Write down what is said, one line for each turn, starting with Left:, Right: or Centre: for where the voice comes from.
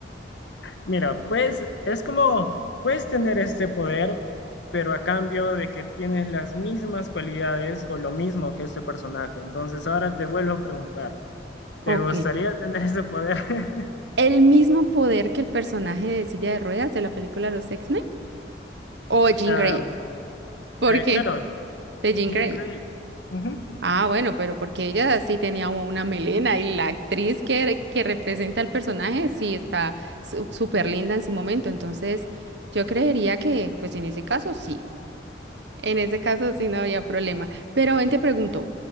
Left: mira, pues es como, puedes tener este poder, pero a cambio de que tienes las mismas cualidades o lo mismo que este personaje. Entonces, ahora te vuelvo a preguntar, ¿te
Right: Ok.
Left: gustaría tener ese poder? <laughs>
Right: ¿El mismo poder que el personaje de silla de ruedas de la película Los X-Men? ¿O Jean
Left: Ah,
Right: Grey? ¿Por
Left: eh,
Right: qué?
Left: claro,
Right: De Jean
Left: Jim
Right: Grey.
Left: Gray. Ujú.
Right: Ah, bueno, pero porque ella sí tenía una melena y la actriz que, que representa al personaje sí está su- súper linda en su momento. Entonces, yo creería que, pues en ese caso sí. En ese caso sí no había problema. Pero ven, te pregunto,